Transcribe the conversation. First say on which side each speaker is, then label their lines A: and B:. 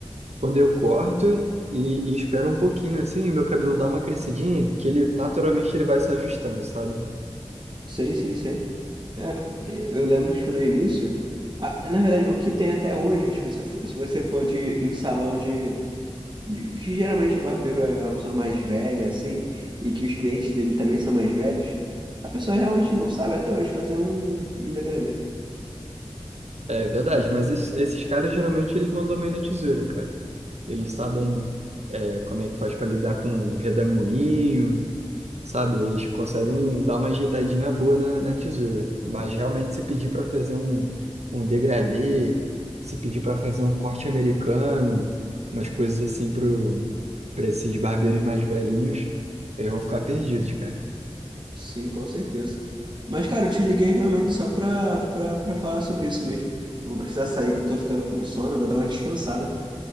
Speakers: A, on the right; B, on the right.
A: quando eu corto e, e espero um pouquinho, assim, e meu cabelo dá uma crescidinha, que ele naturalmente ele vai se ajustando, sabe?
B: Sim, sim, sim. É, eu eu lembro, tipo, no início. ah, na verdade, o que tem até hoje, tipo, se, for- se você for de, em salão de, de- Que geralmente o barbeiro é uma pessoa mais velha, assim, e que os clientes dele também são mais velhos, a pessoa realmente não sabe até hoje fazer um, um degradê.
A: É verdade, mas es- esses caras geralmente eles mandam bem na tesoura, cara. Eles sabem é, como é que faz pra lidar com um redemoinho, sabe? Eles conseguem dar uma ajeitadinha boa na, na tesoura. Mas realmente, se pedir para fazer um, um degradê, se pedir para fazer um corte americano, umas coisas assim pro, para esses barbeiros mais velhinhos, eles vão ficar perdidos, cara.
B: Sim, com certeza. Mas, cara, eu te liguei realmente só pra, pra, pra falar sobre isso mesmo. Eu vou precisar sair, que eu tô ficando com sono, eu vou dar uma descansada.